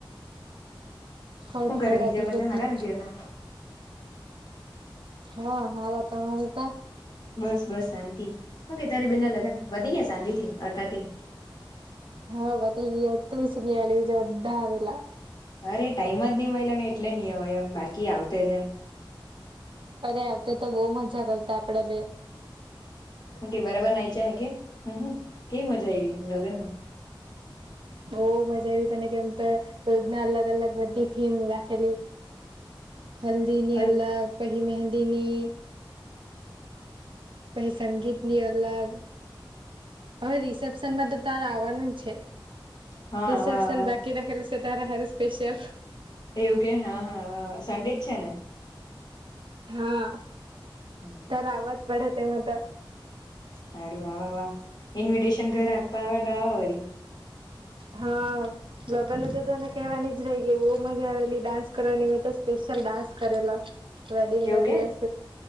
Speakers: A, on the right; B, on the left.
A: ફળફળાદી
B: શું કરે બીજા બધા
A: બધી
B: હરા ને ઘને
A: હા હાાલ અરે ત
B: બસ બસ શાંતિ હ કે તારી બેના લગન વધી ગયા શાંતિથી અટાથી
A: હા બધ તું સુ બીજા બધા આવેલા
B: અરે ટાઈમ જ નહ મળિલો ને એટલે નહ હોય એમ બાકી આવતે જ એમ
A: અરે આવતા તો બહુ મજા કરતા આપડે બે
B: કે બરાબર નાયચા હે કે હ હ કેવી મજા આવીવી લગ્નમાં
A: બ મજા આવી તને કેમ તો રોજના અલગ અલગ બધી થીમ રાખેલી હલ્દીની
B: હલ
A: અલગ પહી મહેંદીની કઈ સંગીતની અલગ હવે રિસેપ્શન માં તો તાર આવવાનું જ છે
B: હા
A: રિસેપસન
B: આવા આવા
A: બાકી રાખે સટ હારે સ્પેશલ
B: એવું કે હા હા સડેજ છે ને
A: હા
B: હમ
A: તવાત પડે તેમાં તો
B: સારું આવા વા ઇન્વિટેશન ઘરે આપવા આવે વાળ
A: હા લોકોને તો તને કેહેવાની જ રહી કે બહુ મજા આવેલી ડાન્સ કરવાની તો સ્પ લ ડાન્સ કરેલા વેડિંગ
B: એવું
A: ના દિવસ
B: કે